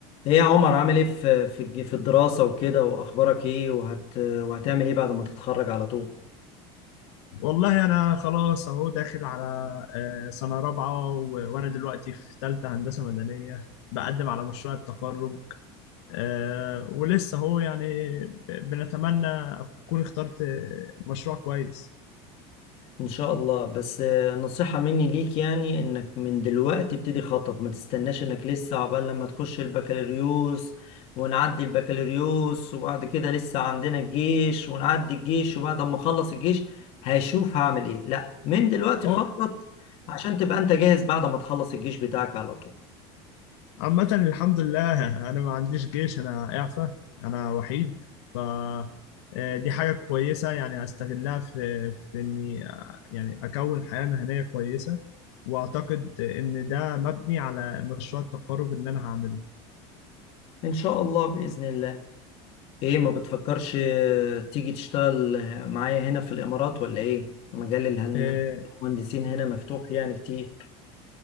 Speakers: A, on the left; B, on the left.
A: ايه يا عمر عامل ايه في في الج- في الدراسة وكده واخبارك ايه وهت وهتعمل ايه بعد ما تتخرج على طول
B: والله انا خلاص اهو داخل على آه، سنه رابعه و- وانا دلوقتي في ثالثه هندسه مدنيه بقدم على مشروع التخرج آه، ولسه اهو يعني ب- بنتمنى اكون اخترت مشروع كويس
A: ان شاء الله بس آه، نصيحة مني ليك يعني انك من دلوقتي ابتدي خطط ما تستناش انك لسه عقبال لما تخش البكالوريوس ونعدي البكالوريوس وبعد كده لسه عندنا الجيش ونعدي الجيش وبعد ما اخلص الجيش هشوف هعمل ايه لا من دلوقتي
B: هو
A: خطط عشان تبقى انت جاهز بعد ما تخلص الجيش بتاعك على طول
B: عامة الحمد لله أنا ما عنديش جيش أنا إعفى أنا وحيد ف آه، دي حاجة كويسة يعني أستغلها في في إني آه، يعني أكون حياة مهنية كويسة وأعتقد إن ده مبني على مشروع التخرج اللي أنا هعمله.
A: ان شاء الله باذن الله ايه ما بتفكرش تيجي تشتغل معايا هنا في الامارات ولا ايه مجال الهن-
B: آه
A: المهندسين هنا مفتوح يعني كتير